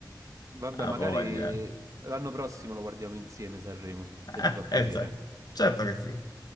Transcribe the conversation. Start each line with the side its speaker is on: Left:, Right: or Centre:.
Right: vabbè,
Left: Ha
Right: magari
Left: voglia.
Right: l'anno prossimo lo guardiamo insieme, Sanremo,
Left: Eh,
Right: se ti fa piacere.
Left: eh, cioè, certo che sì.